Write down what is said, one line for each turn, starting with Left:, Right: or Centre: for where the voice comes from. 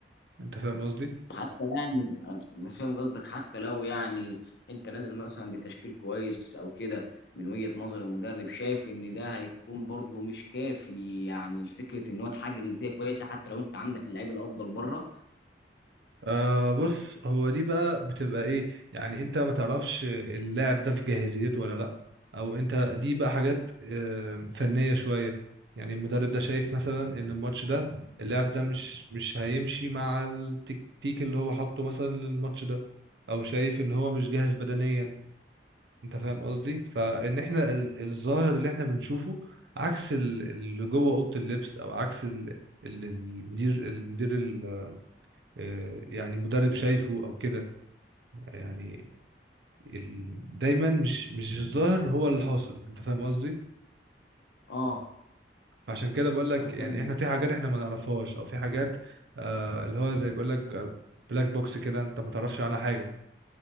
Right: انت فاهم قصدي
Left: حتى يعني انا فاهم قصدك حتى لو يعني انت نازل مثلا بتشكيل كويس او كده من وجهه نظر المدرب شايف ان ده هيكون برضه مش كافي يعني الفكره ان هو تحقق نتيجه كويسه حتى لو انت عندك اللعيب الافضل بره
Right: آه بص هو دي بقى بتبقى ايه يعني انت ما تعرفش اللاعب ده في جاهزيته ولا لا او انت دي بقى حاجات آه فنيه شويه يعني المدرب ده شايف مثلا ان الماتش ده اللاعب ده مش مش هيمشي مع التكتيك اللي هو حاطه مثلا للماتش ده او شايف ان هو مش جاهز بدنيا انت فاهم قصدي فان احنا ال- الظاهر اللي احنا بنشوفه عكس ال- اللي جوه اوضه اللبس او عكس ال- اللي المدير المدير ال- آه، يعني مدرب شايفه او كده يعني ال- دايما مش مش الظاهر هو اللي حاصل انت فاهم قصدي
Left: اه
Right: فعشان كده بقول لك
Left: انا فاهم
Right: يعني احنا في حاجات احنا ما نعرفهاش او في حاجات آه اللي هو زي بقول لك بلاك بوكس كده انت ما تعرفش عنها حاجه